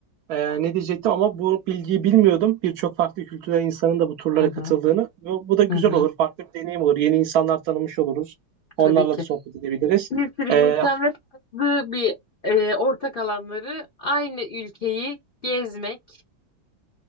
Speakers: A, on the right; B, on the left.
A: e, ne diyecektim ama bu bilgiyi bilmiyordum. Birçok farklı kültürden insanın da bu turlara
B: Hı
A: katıldığını.
B: hı,
A: Bu, bu da güzel
B: hı hı.
A: olur. Farklı bir deneyim olur. Yeni insanlar tanımış oluruz.
B: Tabii
A: Onlarla
B: ki.
A: da sohbet edebiliriz.
B: Bir sürü
A: E,
B: insan ve farklı bir e, ortak alanları aynı ülkeyi gezmek,